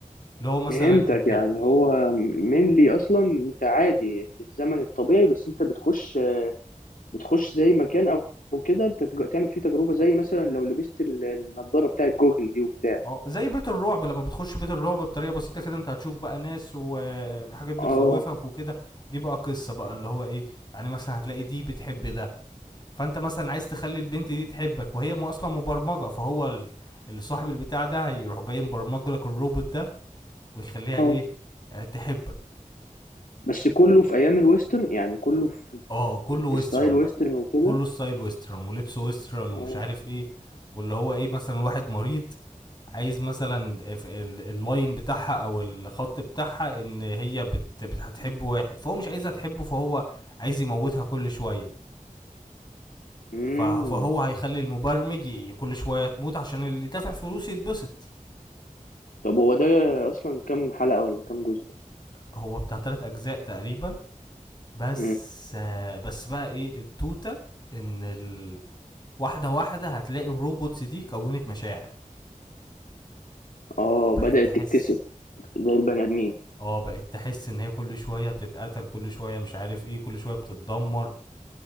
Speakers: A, on the left (about 30°); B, on the left (about 75°).
A: اللي هو مثلا
B: فهمتك
A: انت
B: يعني هو mainly اصلا انت عادي في الزمن الطبيعي بس انت بتخش بتخش زي مكان او أو كده انت تج- تعمل فيه تجربه زي مثلا لو لبست ال- النضاره بتاعت جوجل دي وبتاع
A: اه زي بيت الرعب لما بتخش بيت الرعب بطريقه بسيطه كده انت هتشوف بقى ناس وحاجات بتخوفك
B: اه
A: وكده دي بقى قصه بقى اللي هو ايه يعني مثلا هتلاقي دي بتحب ده فانت مثلا عايز تخلي البنت دي تحبك وهي م- اصلا مبرمجه فهو ال- اللي صاحب البتاع ده هيروح جاي مبرمج لك الروبوت ده ويخليها
B: اه
A: ايه آه، تحبك
B: بس كله في ايام الويسترن يعني كله
A: ك-
B: في,
A: اه كله ويسترن
B: في ستايل ويسترن
A: بقى
B: وكده
A: كله ستايل ويسترن ولبس ويسترن ومش
B: اه
A: عارف ايه واللي هو ايه مثلا واحد مريض عايز مثلا ال- ال- اللاين بتاعها او الخط بتاعها ان هي بت بت- هتحب واحد فهو مش عايزها تحبه فهو عايز يموتها كل شويه
B: امم
A: فه- فهو هيخلي المبرمج ي- كل شويه تموت عشان اللي دافع فلوس يتبسط
B: طب هو ده اصلا كام حلقه ولا كام جزء
A: هو بتاع تلات اجزاء تقريبا بس
B: امم
A: آه، بس بقى ايه التوته ان ال... واحده واحده هتلاقي الروبوتس دي كونت مشاعر
B: اه
A: بقت
B: بدأت
A: تحس
B: تكتسب زي البني ادمين
A: اه بقت تحس ان هي كل شويه بتتقتل كل شويه مش عارف ايه كل شويه بتتدمر